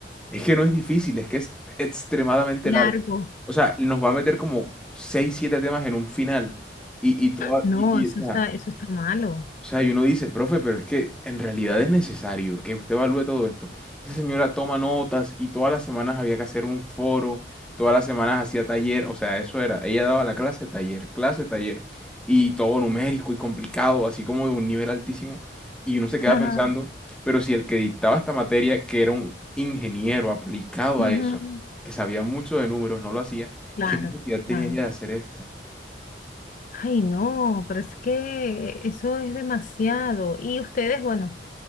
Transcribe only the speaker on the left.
Largo.
No,
eso
está, eso está malo.
Ajá.
ujú.
Claro,
claro.
Ay, no, pero es que eso es demasiado. Y ustedes, bueno.